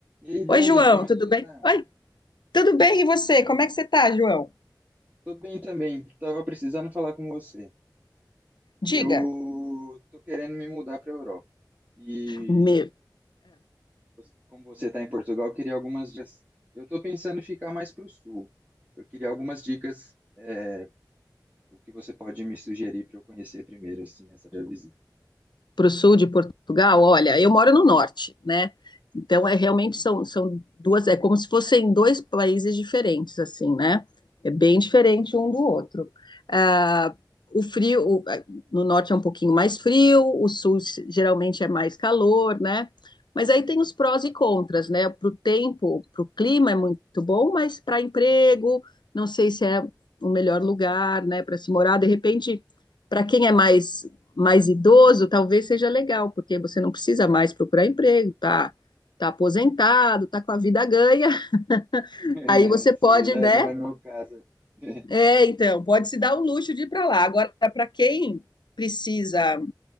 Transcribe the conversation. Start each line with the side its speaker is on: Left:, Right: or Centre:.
Right: E aí,
Left: Oi,
Right: Dani,
Left: João,
Right: como é
Left: tudo
Right: que você
Left: bem?
Right: tá?
Left: Oi, tudo bem e você? Como é que você tá, João?
Right: Tô bem também. Tava precisando falar com você.
Left: Diga.
Right: Eu tô querendo me mudar pra Europa. E
Left: Meu,
Right: você- como você tá em Portugal, eu queria algumas dicas. Eu tô pensando em ficar mais pro sul. Eu queria algumas dicas, é, o que você pode me sugerir para eu conhecer primeiro, assim, nessa minha visita.
Left: para o sul de Portugal, olha, eu moro no norte, né? Então é realmente
Right: Uhum,
Left: são, são duas, é como se fossem dois países diferentes, assim, né? É bem diferente um do outro. Ah, o frio, o- ah, no norte é um pouquinho mais frio, o sul se- geralmente é mais calor, né? Mas aí
Right: uhum.
Left: tem os prós e contras, né? Para o tempo, para o clima é muito bom, mas para emprego, não sei se é o melhor lugar, né, para se morar. De repente, para quem é mais mais idoso, talvez seja legal, porque você não precisa mais procurar emprego, tá, tá aposentado, tá com a vida ganha. <laughs>
Right: <laughs> É,
Left: Aí você
Right: sim,
Left: pode,
Right: né?
Left: né?
Right: Não é meu caso. <laughs>
Left: É, então, pode se dar o luxo de ir para lá. Agora, para quem precisa